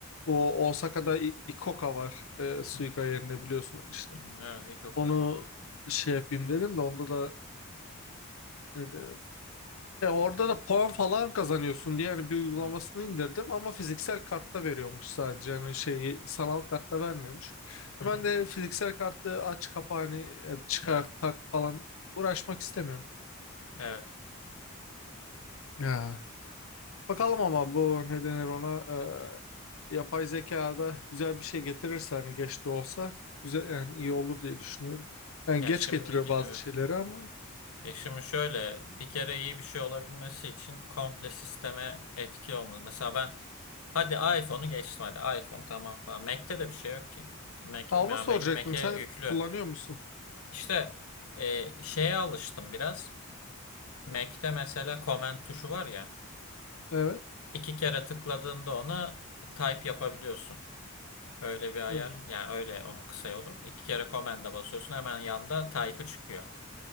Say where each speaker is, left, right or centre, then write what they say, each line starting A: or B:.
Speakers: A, on the left (about 70°); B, on the left (about 85°).
A: bu Osaka'da İ- Ikoka var e, Suica
B: Hı hı.
A: yerine biliyorsun işte.
B: Hı, Evet, iki oku.
A: Onu
B: Hı hı.
A: şey yapayım dedim de onda da Ya orada da puan falan kazanıyorsun diye hani bir uygulamasını
B: Hı
A: indirdim ama fiziksel kartta veriyormuş sadece hani şeyi sanal kartta vermiyormuş.
B: hı.
A: E Ben
B: hı.
A: de fiziksel kartı aç kapa hani e, çıkar
B: Evet.
A: tak falan uğraşmak istemiyorum.
B: Evet.
A: Ya. Bakalım ama bu ne denir ona e, yapay zekada güzel bir şey getirirse hani geç de olsa güzel yani iyi olur diye düşünüyorum. Yani
B: Ya
A: geç
B: şimdiki
A: getiriyor bazı
B: evet.
A: şeyleri ama.
B: Ya şimdi şöyle bir kere iyi bir şey olabilmesi için komple sisteme etki olmalı. Mesela ben hadi iPhone'u geçtim hadi iPhone tamam falan. Mac'te de bir şey yok ki. Mac,
A: Ha,
B: yani
A: onu soracaktım
B: benim Mac'e
A: sen
B: yüklü.
A: kullanıyor musun?
B: İşte e, şeye alıştım biraz. Mac'te mesela comment tuşu var ya.
A: Evet.
B: İki kere tıkladığında ona type yapabiliyorsun. Öyle bir ayar.
A: Hmm.
B: Yani öyle onun kısa yolu. İki kere command'a basıyorsun hemen yanda type'ı çıkıyor.